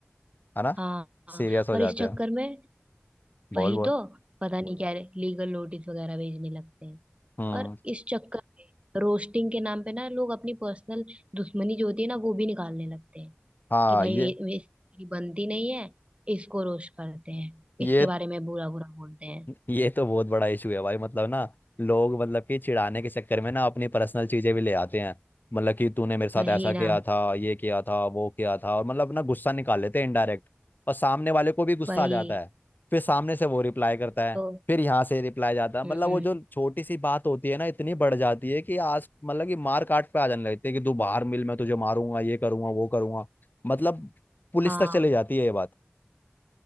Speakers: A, on the left; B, on the right.
A: है ना
B: हाँ हाँ,
A: सीरियस हो
B: और इस
A: जाते
B: चक्कर
A: हैं
B: में
A: बोल
B: वही
A: बोल
B: तो पता नहीं क्या लीगल नोटिस वगैरह भेजने लगते हैं
A: हम्म
B: और इस चक्कर में रोस्टिंग के नाम पे ना लोग अपनी पर्सनल दुश्मनी जो होती है ना वो भी निकालने लगते हैं
A: हाँ
B: कि भाई
A: ये
B: ये- ये इसकी बनती नहीं है इसको रोस्ट करते हैं
A: ये
B: इसके बारे में बुरा बुरा बोलते हैं
A: ये तो बहुत बड़ा इशू है भाई मतलब ना लोग मतलब कि चिढ़ाने के चक्कर में ना अपनी पर्सनल चीजें भी ले आते हैं मतलब कि तूने मेरे साथ
B: वही
A: ऐसा
B: ना
A: किया था ये किया था वो किया था और मतलब ना गुस्सा निकाल लेते हैं इनडायरेक्ट और सामने वाले को भी गुस्सा
B: वही
A: आ जाता है फिर सामने से वो रिप्लाई करता है
B: तो
A: फिर यहाँ से रिप्लाई जाता है
B: हम्म
A: मतलब वो जो छोटी सी बात होती है ना इतनी बढ़ जाती है कि आज मतलब कि मार काट पे आ जाने लगती है कि तू बाहर मिल मैं तुझे मारूंगा ये करूंगा वो करूंगा मतलब पुलिस
B: हाँ
A: तक चली जाती है ये बात